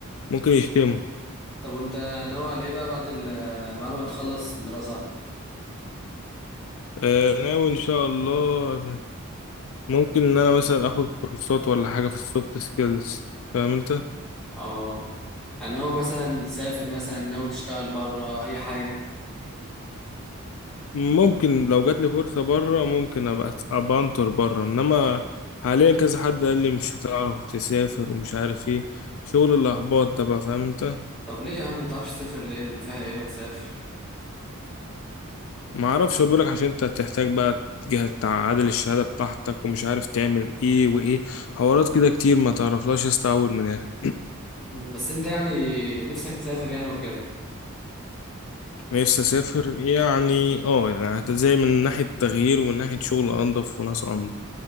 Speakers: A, on the left (about 65°); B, in the centre.
A: ممكن يشتمه
B: طب وانت ناوي على ايه بقى بعد ال بعد ما تخلص دراسة
A: آه، ناوي ان شاء الله ممكن ان انا مثلا اخد كورسات ولا حاجة في السوفت سكيلز فاهم انت
B: اه يعني هو مثلا تسافر مثلا ناوي تشتغل بره اي حاجة
A: ممكن لو جات لي فرصة بره ممكن ابقى ابقى انطر بره انما حاليا كذا حد قال لي مش هتعرف تسافر ومش عارف ايه شغل الاحباط ده بقى فاهم انت
B: طب ليه يا عم ما تعرفش تسافر ليه فيها ايه ما تسافر
A: ما اعرفش بقولك عشان انت هتحتاج بقى جهة تعادل الشهادة بتاعتك ومش عارف تعمل ايه وايه حوارات كده كتير ما تعرفلاش يا اسطى اول من اخر
B: بس انت يعني نفسك تسافر يعني وكده
A: نفسي اسافر يعني اه يعني هت- زي من ناحية تغيير ومن ناحية شغل انضف وناس انضف